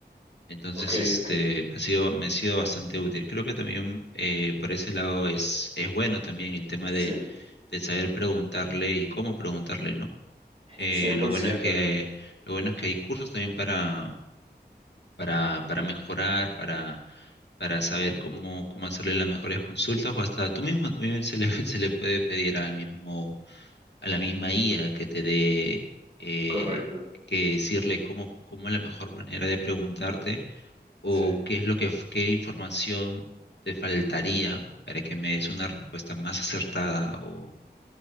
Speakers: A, on the left (about 75°); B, on the right (about 30°).
A: Entonces,
B: Ok,
A: este,
B: ok.
A: ha sido, me ha sido bastante útil. Creo que también eh, por ese lado es, es bueno también el tema
B: Sí.
A: de, de saber preguntarle y cómo preguntarle, ¿no? Eh,
B: cien por
A: lo bueno
B: ciento
A: es que, lo bueno es que hay cursos también para, para, para mejorar, para, para saber cómo, cómo hacerle las mejores consultas o hasta tú mismo también se le, <laughs> se le puede pedir al mismo, a la misma IA que te dé, eh,
B: Correcto.
A: que decirle cómo, cómo es la mejor manera de preguntarte o
B: Sí.
A: qué es lo que, f- qué información te faltaría para que me des una respuesta más acertada o,